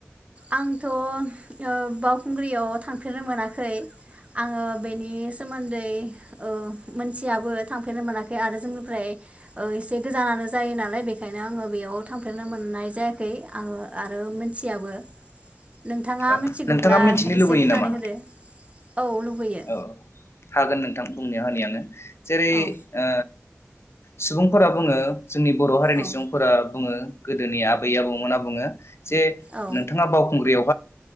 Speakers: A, on the right; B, on the left.
A: आंथ ओ बावखुंग्रियाव थांफेरनो मोनाखै आङो बेनि सोमोन्दै ओ मोनथियाबो थांफेरनो मोनाखै आरो जोंनिफ्राय ओ एसे गोजानानो जायो नालाय बेखायनो आङो बेयाव थांफेरनो मोननाय जायाखै आङो आरो मोनथियाबो नोंथाङा
B: ओ
A: मिथिगौब्ला
B: नोंथाङा मिथिनो
A: एसे
B: लुबैयो
A: बुंनानै
B: नामा
A: होदो औ लुबैयो
B: औ हागोन नोंथां बुंना होनि आङो जेरै
A: औ
B: ओ सुबुंफोरा बुङो जोंनि बरहारिनि
A: औ
B: सुबुंफोरा बुङो गोदोनि आबै आबौमोना बुङो जे
A: औ
B: नोंथाङा बावखुंग्रियाव